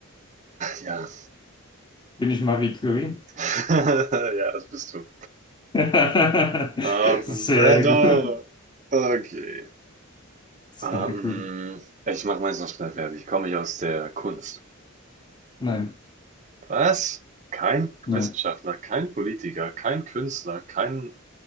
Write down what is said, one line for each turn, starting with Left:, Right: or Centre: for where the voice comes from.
Right: ja.
Left: Bin ich Marie Curie?
Right: <laughs> Ja, das bist du.
Left: <laughs>
Right: Ach,
Left: Sehr
Right: Männer.
Left: gut.
Right: Okay.
Left: Sehr
Right: Ähm,
Left: gut.
Right: ich mache meins noch schnell fertig. Komme ich aus der Kunst?
Left: Nein,
Right: Was? Kein
Left: nein,
Right: Wissenschaftler, kein Politiker, kein Künstler, kein